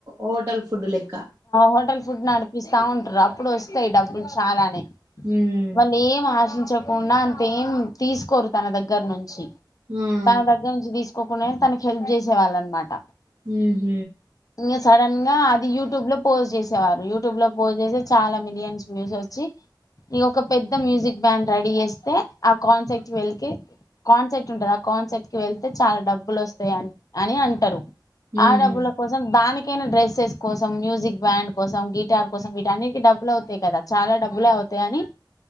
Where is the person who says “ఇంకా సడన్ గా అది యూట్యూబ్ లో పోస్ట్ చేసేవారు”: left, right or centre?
Left